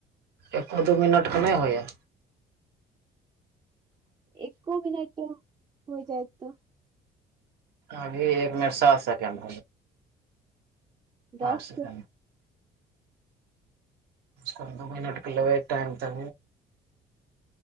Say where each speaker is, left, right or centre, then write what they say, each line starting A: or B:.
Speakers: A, on the right; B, on the right.
A: एो दू मिनट ख होइए
B: एको मिनट हो जाय तऽ
A: अभी एक मिनट सात सेकंड
B: दस
A: आठ सख कम द मिनटके लेबै टाइम त